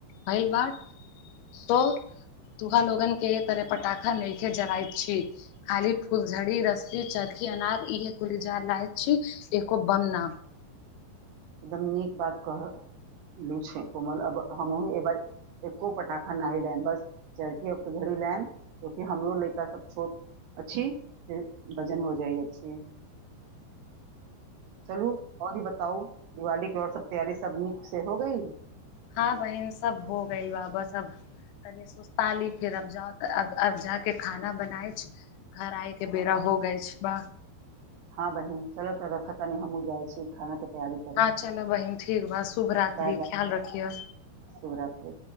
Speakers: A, on the left; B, on the right.
A: भैल बा तो तुहो लोगन के एक तरह पटाखा नहिखे जरायत छी। खाली फूलझड़ी रस्सी चरखी अनार इहे कुल जलायल छी। एको बम ना
B: एकदम नीक बात कहलू छै। कोमल अब हमहु एह बार एक्को पटाखा नहि आनब, बस चरखी आ फुलझड़ी आनब, किएक तँ हमर बच्चासभ सेहो छोट अछि। अछि फेर बाजान हो जाइ अछि चलू औरी बताउ दिवाली के और सभ तैयारी सभ नीक से हो ग‌इल?
A: हँ बहिन सभ हो गैल बा बस अब तनि सुस्ता ली फेर अब जाउ त अब जाके खाना बनाइ छै। घर आयके बेड़ा हो गइ छै। बा
B: हँ बहिन चलऽ तऽ रखऽ तानी हमहूँ जाइ छी खाना के तैयारी करऽ
A: हँ चल बहिन ठीक बा शुभ रात्रि
B: बाय
A: ई
B: बाय
A: ख्याल रखिह।
B: शुभरात्रि